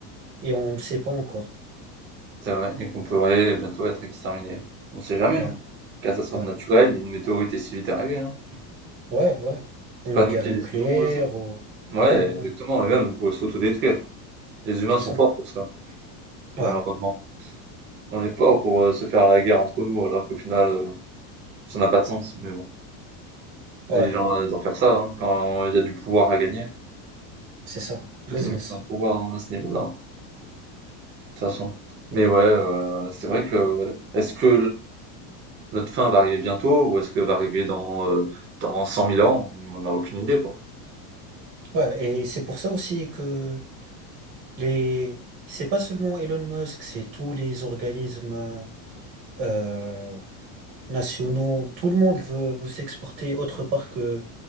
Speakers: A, on the right; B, on the right.
A: Et on ne le sait pas encore.
B: C'est vrai et qu'on pourrait bientôt être exterminé. On sait jamais,
A: Ouais,
B: hein. Catastrophe
A: ouais,
B: naturelle, une météorite est si vite arrivée, hein.
A: ouais, ouais.
B: C'est
A: Ou
B: pas
A: une guerre
B: nous qui
A: nucléaire,
B: déciderons de ça.
A: ou...
B: Ouais,
A: Ouais, ouais,
B: exactement, et même on pourrait s'autodétruire. Les humains
A: c'est
B: sont
A: ça.
B: forts pour ça, malheureusement.
A: Ouais,
B: On est forts pour euh, se faire la guerre entre nous alors qu'au final, euh, ça n'a pas de sens. Mais bon,
A: ouais,
B: les gens adorent faire ça hein, quand il y a du pouvoir à gagner.
A: c'est ça. Business.
B: Tout est une question de pouvoir hein, à ce niveau-là, de toute façon. Mais ouais, euh, c'est vrai que est-ce que Notre fin va arriver bientôt ou est-ce que va arriver dans, heu, dans 100 000 ans? On n'en a aucune idée, quoi.
A: Ouais, et c'est pour ça aussi que les... C'est pas seulement Elon Musk, c'est tous les organismes euh, nationaux. Tout le monde veut, veut s'exporter autre part que,